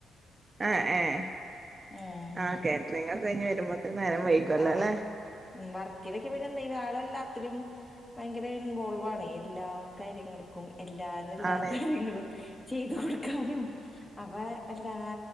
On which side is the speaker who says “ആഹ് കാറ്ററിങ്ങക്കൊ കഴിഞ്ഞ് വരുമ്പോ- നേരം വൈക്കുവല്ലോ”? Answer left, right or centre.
Right